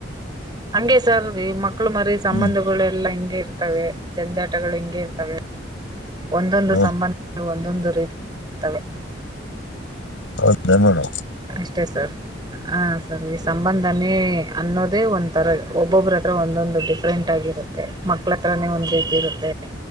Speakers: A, on the right; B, on the left.
A: ಹಂಗೆ ಸರ್ ಮಕ್ಕಳು. ಮಕ್ಕಳು ಮರಿ ಸಂಬಂಧಗಳೆಲ್ಲಾ
B: ಹ್ಮ್
A: ಹಿಂಗೆ ಇರ್ತವೆ ಜಂಜಾಟಗಳು ಹಿಂಗೆ ಇರ್ತವೆ. ಒಂದೊಂದು
B: ಹೌದ್
A: ಸಂಬಂಧಗಳು ಒಂದೊಂದು ರೀತಿ ಇರ್ತ್ತವೆ.
B: ಹೌದೇನು.
A: ಅಷ್ಟೇ ಸರ್ ಹ ಸರ್ ಈ ಸಂಬಂಧನೇ ಅನ್ನೋದೇ ಒಂಥರ ಒಬ್ಬೊಬ್ಬ್ರ. ತ್ರ ಒಂದೊಂದು ಡಿಫ್ರೆಂಟ್ ಆಗಿ ಇರುತ್ತೆ ಮಕ್ಕಳ ಹತ್ರಾನೇ ಒಂದ್ ರೀತಿ ಇರುತ್ತೆ